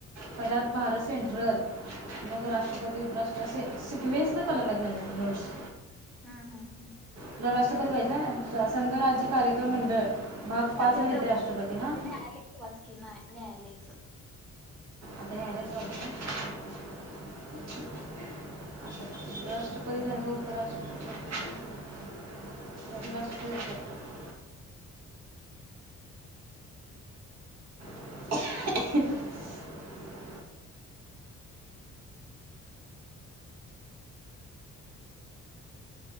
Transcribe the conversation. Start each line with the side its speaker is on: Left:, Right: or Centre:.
Right: पहिला
Centre: हा
Right: भारत सेंट्रल मग राष्ट्रपती उपराष्ट्रपती असे सिकवेन्स चालल्या तुझ्या त्या नोट्स
Centre: हं हं
Right: तुला राष्ट्रपती व्हायचा संघ राज्य कार्यक्रम मंडळ भाग पाच
Centre: हे
Right: नेते
Centre: जर
Right: राष्ट्रपती हा <inaudible>
Centre: न्यायालयच वाच की नाही न्यायालयाच
Right: अन कत <unintelligible> राष्ट्रपती झाल्यावर उपराष्ट्रपती <inaudible> <unintelligible> <inaudible> <unintelligible>